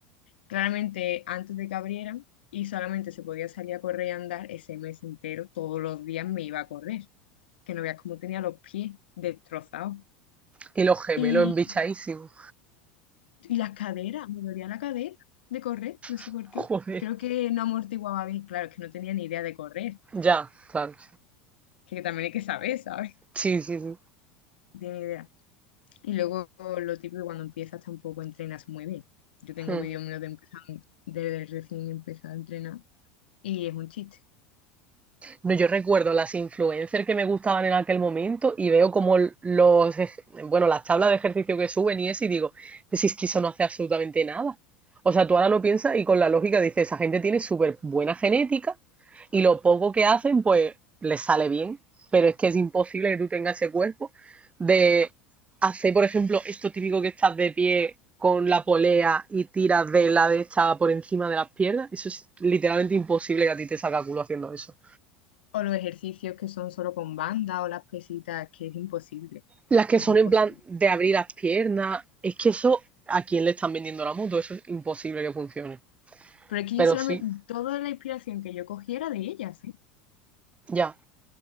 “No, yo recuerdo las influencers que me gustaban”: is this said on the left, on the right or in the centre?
Right